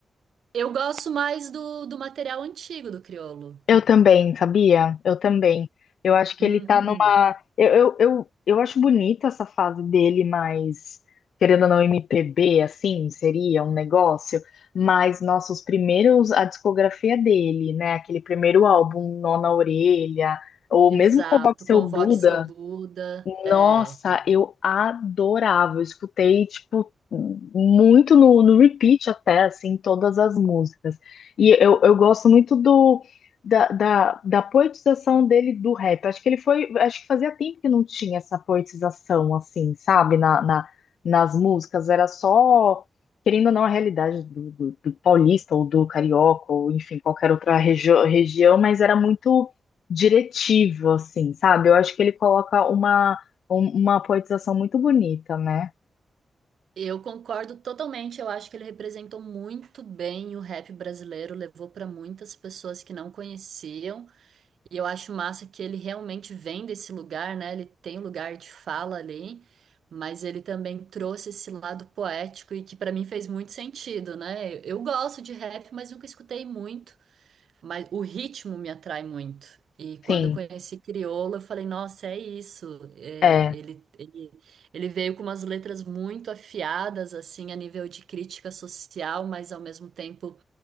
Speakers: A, on the right; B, on the left.
A: Eu gosto mais do, do material antigo do Criolo.
B: Eu também, sabia? Eu também. Eu acho que
A: Uhum.
B: ele tá numa. Eu, eu, eu, eu acho bonita essa fase dele, mas querendo ou não, MPB, assim, seria um negócio. Mas, nossos primeiros, a discografia dele, né? Aquele primeiro álbum, Nó na Orelha, ou
A: Exato,
B: mesmo com o Seu
A: convoque
B: Buda,
A: seu Buda. É,
B: nossa, eu adorava. Eu escutei, tipo, muito no, no repeat até, assim, todas as músicas. E eu, eu gosto muito do, da, da, da poetização dele do rap. Acho que ele foi, acho que fazia tempo que não tinha essa poetização, assim, sabe, na, na- nas músicas. Era só, querendo ou não, a realidade do, do, do paulista ou do carioca, ou enfim, qualquer outra regio- região, mas era muito diretivo, assim, sabe? Eu acho que ele coloca uma um- uma poetização muito bonita, né?
A: eu concordo totalmente. Eu acho que ele representou muito bem o rap brasileiro, levou para muitas pessoas que não conheciam. E eu acho massa que ele realmente vem desse lugar, né? Ele tem um lugar de fala ali, mas ele também trouxe esse lado poético e que para mim fez muito sentido, né? Eu gosto de rap, mas nunca escutei muito. Mas o ritmo me atrai muito. E quando
B: Sim,
A: eu conheci Criolo, eu falei, nossa, é isso. É,
B: é,
A: ele, ele, ele veio com umas letras muito afiadas, assim, a nível de crítica social, mas ao mesmo tempo